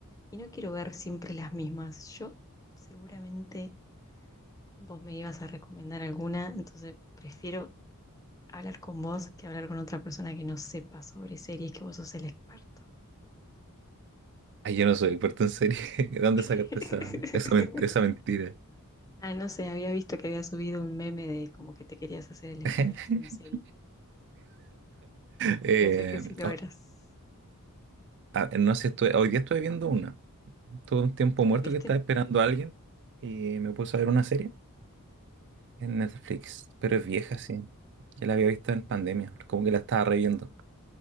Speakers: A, on the left; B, on the right.
A: y no quiero ver siempre las mismas. Yo seguramente vos me ibas a recomendar alguna, entonces prefiero hablar con vos que hablar con otra persona que no sepa sobre series, que vos sos el experto.
B: Ay, yo no soy experto en serie. <laughs> ¿De dónde
A: <laughs>
B: sacaste esa, esa, men- esa mentira?
A: Ah, no sé, había visto que había subido un meme de como que te querías hacer el experto
B: <laughs>
A: en series.
B: Eh,
A: Y pensé que sí lo
B: oh,
A: eras.
B: ah, no sé si estoy, hoy día estuve viendo una. Tuve un tiempo
A: Ah,
B: muerto
A: ¿Viste?
B: que estaba esperando a alguien y me puse a ver una serie en Netflix, pero es vieja, sí. Ya la había visto en pandemia, como que la estaba reviendo.